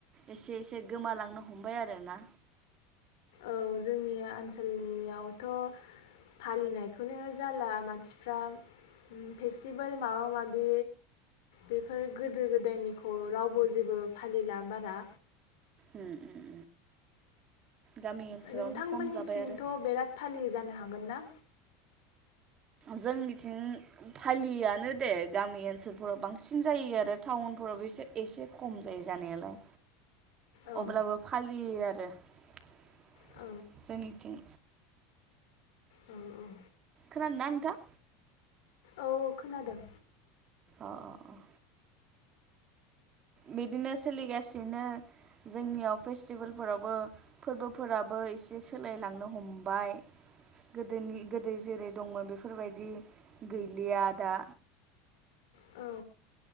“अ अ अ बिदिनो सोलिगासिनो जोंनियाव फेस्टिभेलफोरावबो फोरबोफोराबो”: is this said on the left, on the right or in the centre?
Right